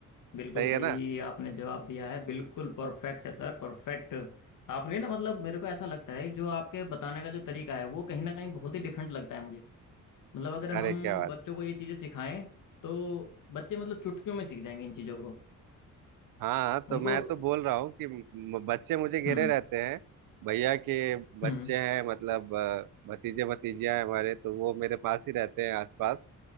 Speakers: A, on the left; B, on the right.
A: बिल्कुल
B: सही
A: सही
B: है ना
A: आपने जवाब दिया है बिल्कुल परफेक्ट है सर परफेक्ट आपने ना मतलब मेरे को ऐसा लगता है जो आपके बताने का जो तरीका है वो कहीं ना कहीं बहुत ही डिफरेंट लगता है मुझे मतलब अगर हम
B: अरे क्या बात
A: बच्चों को ये चीज़ें सिखाएं तो बच्चे मतलब चुटकियों में सीख जाएंगे इन चीज़ों को
B: हाँ
A: उनको
B: तो मैं तो बोल रहा हूँ कि म- बच्चे मुझे घेरे
A: हम्म
B: रहते हैं भैया के बच्चे
A: हम्म
B: हैं मतलब अ, भतीजे भतीजियां हैं हमारे तो वो मेरे पास ही रहते हैं आसपास